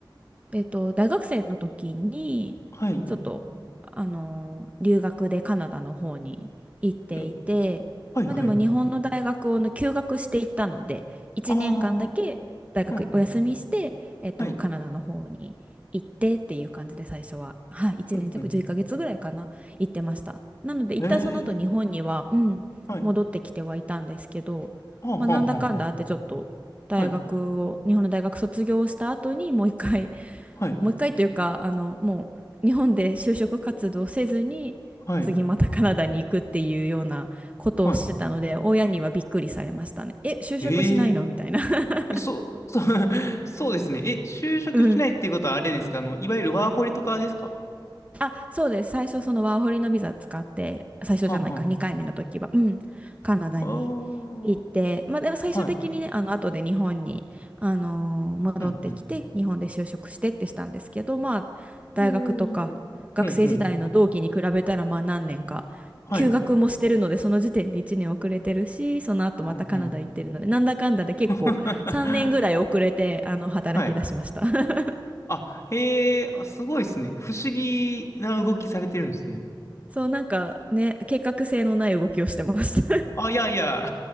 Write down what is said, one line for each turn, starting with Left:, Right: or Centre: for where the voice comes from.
Right: えっと、大学生の時に、
Left: はい。
Right: ちょっと、あのー留学でカナダの方に行っていて、
Left: うん。はい、
Right: まあでも日本の大学をね休学していったので、
Left: はい。
Right: 1年間だけ大学お休みして、
Left: ああ、はんはん。
Right: えっと、
Left: はい。
Right: カナダの方に行ってっていう感じで最初は、はい、1年弱、
Left: うん、うん。
Right: 11ヶ月ぐらいかな、行ってました。なので、一旦その後日本には、
Left: ええ、
Right: うん、
Left: はい。
Right: 戻ってきてはいたんですけど、
Left: はんはんはんはん。
Right: まあなんだかんだあってちょっと、大学を日本の大学卒業した後にもう一回
Left: はい。はい。
Right: もう一回というか、あの、もう日本で就職活動せずに、
Left: はい。
Right: 次またカナダに行くっていうようなことをしてたので、
Left: はい。
Right: 親にはびっくりされましたね。え、就職しないのみたいな。
Left: ええ、
Right: <laughs>
Left: えそう、<laughs> そう、<laughs> そうですね。え、就職しないっていうことはあれですかあの、
Right: うん
Left: いわゆるワーホリとかですか
Right: あ、そうです。最初、そのワーホリのビザ使って、最初じゃないか、
Left: はんはん。
Right: 2回目の時は、うん、カナダに行って、
Left: ああ、
Right: まあでも最終的にね、
Left: はい。
Right: あの、後で日本に、あのー戻ってきて、
Left: うん、うん。
Right: 日本で就職してってしたんですけど、まあ、大学とか、
Left: うーん。
Right: 学生時代の同期に比べたら、
Left: うん、うん。
Right: まあ何年か、
Left: はい。
Right: 休学もしてるので、その時点で1年遅れてるし、その後またカナダ行ってるので、
Left: うんうん。
Right: なんだかんだで結構3年ぐらい遅れて、
Left: <laughs>
Right: あの、働き出しました。
Left: はい。
Right: <laughs>
Left: あ、へえ、あ、すごいですね。不思議な動きされてるんですね。
Right: そう、なんかね、計画性のない動きをしてました。
Left: あ、いやいや。